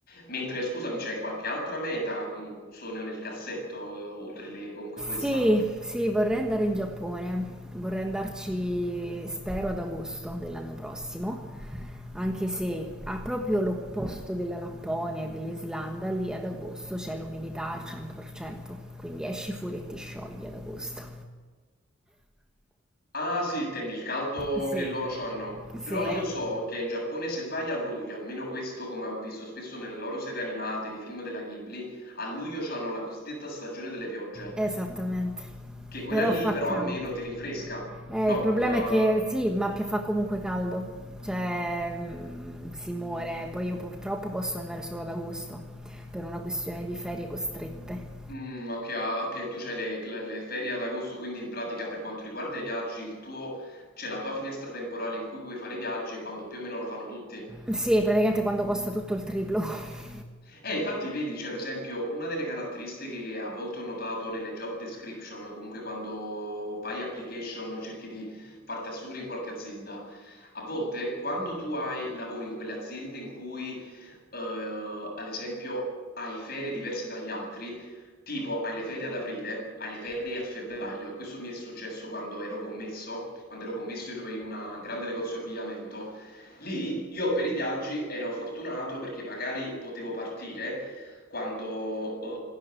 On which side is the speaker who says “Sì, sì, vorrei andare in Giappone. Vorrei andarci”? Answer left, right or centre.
Centre